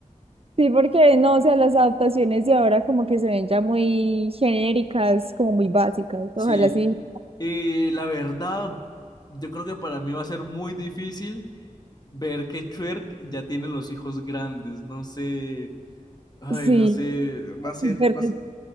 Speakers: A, on the right; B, on the left.
A: sí, porque no, o sea, las adaptaciones de ahora como que se ven ya muy genéricas, como muy básicas.
B: Sí,
A: Ojalá sí.
B: y la verdad, yo creo que para mí va a ser muy difícil ver que Chuerk ya tiene los hijos grandes, no sé. Ay,
A: Sí,
B: no sé, va a ser,
A: ver
B: va
A: que
B: a-